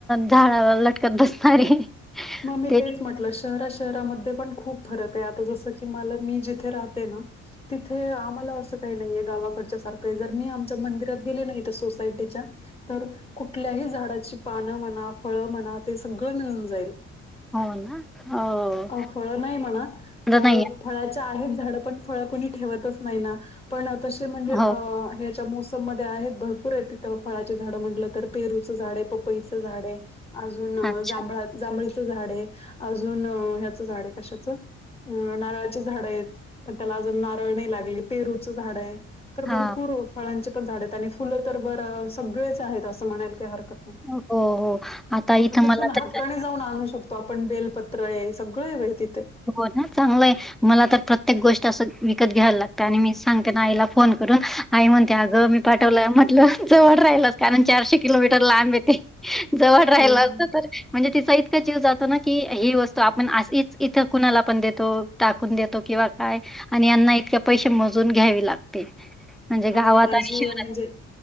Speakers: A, in the centre; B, on the left (about 20°).
A: झाडला लटकत बसणारे.
B: म मी
A: ते
B: तेच म्हटलं. शहरा-शहरामध्ये पण खूप फरके. आता जस की मला मी जिथे राहते ना, तिथे आम्हाला अस काही नाहीय. गावाकडच्या सारखंय. जर मी आमच्या मंदिरात गेली ना इथं सोसायटीच्या तर कुठल्याही झाडाची पानं म्हणा, फळं म्हणा. ते सगळं मिळून जाईल.
A: हो ना. हो
B: अ फळ नाही म्हणा. फळ
A: नाही
B: फळाच्या आहेत झाडं. पण फळं कुणी ठेवतच नाही ना. पण तसे म्हणजे
A: हो
B: ह्याच्या मोस सम मध्ये आहेत. भरपूरे तिथं. फळाची झाड म्हटलं तर, पेरूचं झाडे. पपईचं झाडे. अजून
A: अच्छा
B: जांभळा जांभळीचं झाडे. अजून ह्याचं झाडे. कशाचं? अ नारळाची झाडयेत. पण त्याला अजून नारळ नाही लागले. पेरूचं झाडे. तर
A: हा
B: भरपूर फळांचे पण झाडयेत. आणि फुलं तर बरं सगळेच आहेत. असं म्हणाल काय हरकत नाही.
A: हो हो आता
B: ह म
A: इथं
B: तिथून
A: मला तर
B: हक्काने जाऊन आणू शकतो आपण. बेलपत्रय. सगळंय बाई तिथे.
A: हो ना चांगलंय. मला तर प्रत्येक गोष्ट अस विकत घ्यायला लागत. आणि मी सांगते ना आईला फोन करून, आई म्हणते अगं मी पाठवलं, म्हटलं जवळ राहिल. कारण चारशे किलोमीटर लांबे ते. जवळ
B: हम्म
A: राहिला असतं तर म्हणजे तिचा इतका जीव जातो ना की ही वस्तू आपण अशीच - इथं कुणाला पण देतो टाकून देतो किंवा काय? आणि ह्यांना इतक्या पैसे मोजून घ्यावे लागते. म्हणजे गावात
B: आणि माझी
A: शहरात
B: म्हणजे